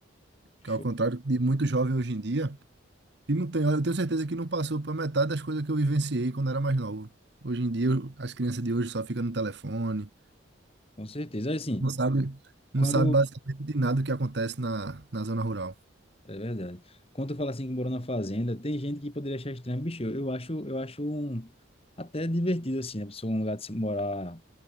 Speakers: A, on the left (about 30°); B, on the right (about 55°).
A: Show.
B: que ao contrário de muito jovem hoje em dia, que não tem, eu tenho certeza que não passou por metade das coisas que eu vivenciei quando era mais novo. Hoje em dia, as crianças de hoje só ficam no telefone,
A: Com certeza. Assim,
B: não sabe, não
A: quando
B: sabe basicamente de nada o que acontece na, na zona rural.
A: É verdade. Quando tu fala assim que morou na fazenda, tem gente que poderia achar estranho, bicho. Eu eu acho, eu acho um, até divertido assim, a pessoa um lugar de se morar